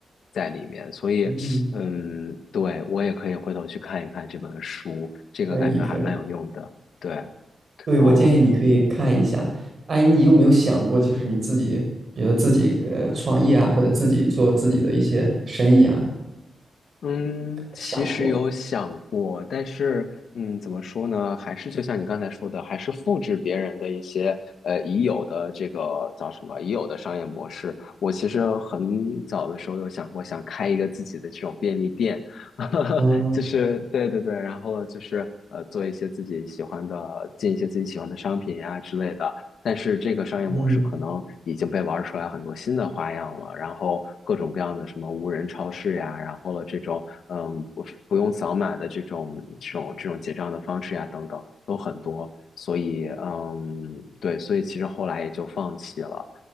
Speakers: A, on the left; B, on the right.
A: 在里面，所以。
B: 嗯，
A: 嗯，对，我也可以回头去看一看这本书，这个感觉还蛮有用的。
B: 可以可以。
A: 对，
B: 对，
A: 嗯
B: 我建议你可以看一下。哎，你有没有想过，就是你自己，比如自己呃创业啊，或者自己做自己的一些生意啊，
A: 嗯，其实有想过，
B: 想过？
A: 但是嗯，怎么说呢？还是就像你刚才说的，还是复制别人的一些呃已有的这个叫什么已有的商业模式。我其实很早的时候有想过，想开一个自己的这种便利店，<laughs>
B: 嗯
A: 就是对对对，然后就是呃做一些自己喜欢的，进一些自己喜欢的商品呀、之类的。但是这个商业模式可能已经被玩出来很多新的花样了，
B: 嗯。
A: 然后各种各样的什么无人超市呀，然后了这种嗯不不用扫码的这种这种这种结账的方式呀等等都很多，所以嗯对，所以其实后来也就放弃了，